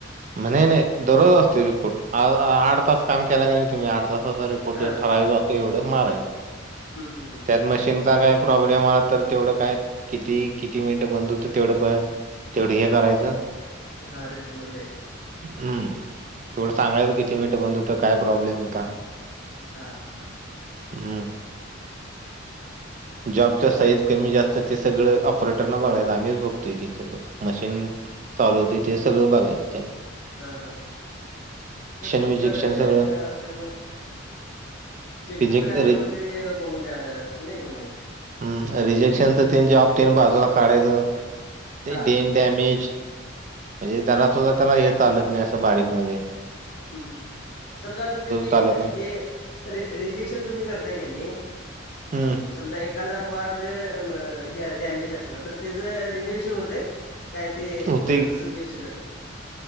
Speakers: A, on the right (about 40°); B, on the left (about 50°).
A: नाही, नाही दरोज असतोय रिपोर्ट. आज आठ तास काम केलाय का नाई तुम्ही आठ तासाचा रिपोर्ट
B: हां.
A: देत ठराविक असं एवढं मारायचं.
B: हं, हं, हं,
A: त्यात मशीनचा काही प्रॉब्लेम आलात तर तेवढं काय किती किती मिनटं बंद होत तेवढं ब तेवढं हे करायचं.
B: हा रिपोर्टमध्ये द्याच.
A: हम्म, तेवढं सांगायच किती मिनिटं बंद होत काय प्रॉब्लेम होता.
B: हा हा हा.
A: हम्म. जॉबच्या साईज कमी जास्त ते सगळं ऑपरेटर न बघायच आम्हीच बघतोय ते सगळं मशीन चालवतोय, ते सगळं बघायच त्यान
B: हां हां हां, तेच तुमच्याडे
A: विजेक्शन
B: अ
A: सगळं
B: असल्यामुळं चेकिंग
A: रिजेक्ट
B: वगैरे असल्यामुळे ते अ बघून द्यायलाला असत नाही तुम्हाला.
A: हम्म, रिजेक्शनच तिने जॉब तिने बाजूला काढायचं
B: हा
A: देन डॅमेज म्हणजे जरा सुद्धा त्याला हे चालत नाही असं बारीकमध्ये
B: हम मम, समजा आता तुम्ही
A: चालत नाही
B: जे रि रिजेक्शन तुम्ही करताय की नी
A: हम्म
B: समजा एक एखांदा पार्ट अ म ह्या डॅमेज असला तर त्याच रेन्युएशन होते? काय ते
A: होते
B: तसच वेस्ट जातंय.